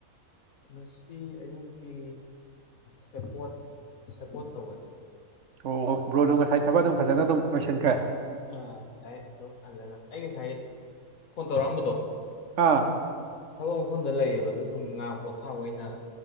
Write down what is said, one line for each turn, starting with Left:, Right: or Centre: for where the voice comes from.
Left: ꯉꯁꯤ ꯑꯌꯨꯛꯀꯤ ꯁꯦꯄꯣꯠ ꯁꯦꯄꯣꯔꯠ ꯇꯧꯋꯦ
Right: ꯑꯣ ꯕ꯭ꯔꯣꯗꯣ ꯉꯁꯥꯏ ꯊꯕꯛ ꯑꯗꯨꯝ ꯐꯖꯅ ꯑꯗꯨꯝ ꯂꯣꯏꯁꯤꯟꯈ꯭ꯔꯦ
Left: ꯑꯥ ꯉꯁꯥꯏ ꯑꯗꯨꯝ ꯍꯜꯂꯒ ꯑꯩ ꯉꯁꯥꯏ ꯐꯣꯟ ꯇꯧꯔꯛꯑꯝꯕꯗꯣ
Right: ꯑꯥ
Left: ꯊꯕꯛ ꯃꯐꯝꯗ ꯂꯩꯌꯦꯕ ꯑꯗꯨ ꯁꯨꯝ ꯉꯥ ꯄꯣꯊꯥꯕ ꯑꯣꯏꯅ